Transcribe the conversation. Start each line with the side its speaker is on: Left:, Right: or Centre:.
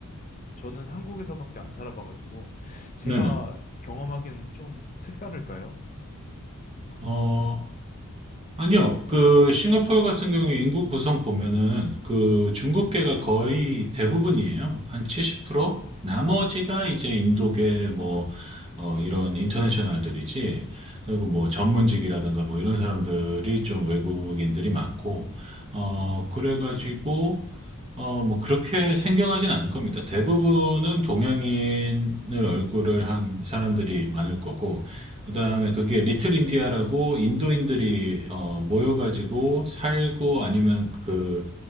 Left: 저는 한국에서밖에 안 살아봐가지고 제가
Right: 네네.
Left: 경험하기에는 좀 색다를까요?
Right: 어, 아니요. 그, 싱가포르 같은 경우에 인구 구성 보면은 그 중국계가 거의 대부분이에요. 한 70%? 나머지가 이제 인도계 뭐, 어, 이런 인터내셔널들이지. 그리고 뭐 전문직이라든가 뭐 이런 사람들이 좀 외국인들이 많고, 어, 그래가지고, 어, 뭐, 그렇게 생경하진 않을 겁니다. 대부분은 동양인을 얼굴을 한 사람들이 많을 거고, 그 다음에 그게 리틀 인디아라고 인도인들이, 어, 모여가지고 살고 아니면 그,